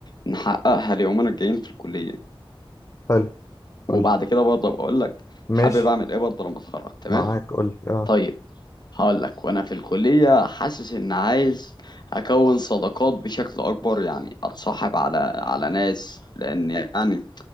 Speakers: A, on the left; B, on the left.
A: نحققها اليومين الجايين في الكليه
B: حلو
A: وبعد
B: قول لي
A: كده برضه بقول لك حابب
B: ماشي
A: اعمل ايه برضه لما اتخرج تمام
B: معاك قول لي اه
A: طيب هقول لك وانا في الكليه حاسس ان عايز اكون صداقات بشكل اكبر يعني اتصاحب على على ناس لان يعني